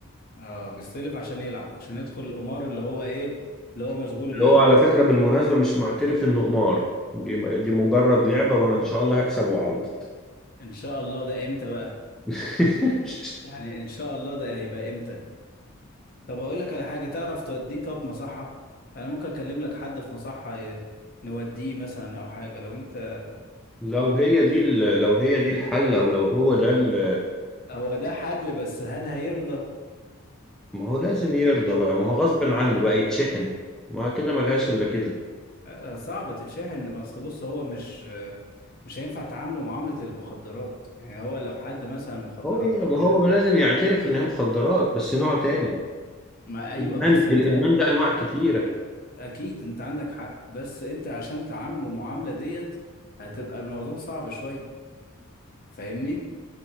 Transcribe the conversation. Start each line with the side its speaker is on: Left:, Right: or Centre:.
Left: اه بيستلف عشان يلعب عشان يدخل القمار اللي هو ايه اللي هو مشغول
Centre: اللي
Left: بيه
Centre: هو على فكره بالمناسبه مش معترف انه قمار دي دي مجرد لعبه وانا ان شاء الله هكسب واعوض
Left: ان شاء الله ده امتى بقى
Centre: <laughs>
Left: يعني ان شاء الله ده هيبقى امتى طب اقول لك على حاجه تعرف توديه طب مصحه انا ممكن اكلم لك حد في مصحه ي- نوديه مثلا او حاجه لو انت
Centre: لو هي دي ال- لو هي دي الحل او لو هو ده ال-
Left: هو ده حل بس هل هيرضى
Centre: ما هو لازم يرضى بقى ما هو غصب عنه بقى يتشحن ما كده ملهاش الا كده
Left: آه، صعب تتشحن اصل بص هو مش آه، مش هينفع تعامله معامله المخدرات يعني هو لو حد مثلا مخدرات
Centre: هو ما
Left: او كده
Centre: هو ما لازم يعترف ان هي مخدرات بس نوع تاني
Left: ما ايوه
Centre: الادمان
Left: بس
Centre: الادمان
Left: انت
Centre: ده انواع كتيره
Left: اكيد انت عندك حق بس انت عشان تعامله معاملة ديت هتبقى الموضوع صعب شوية فاهمني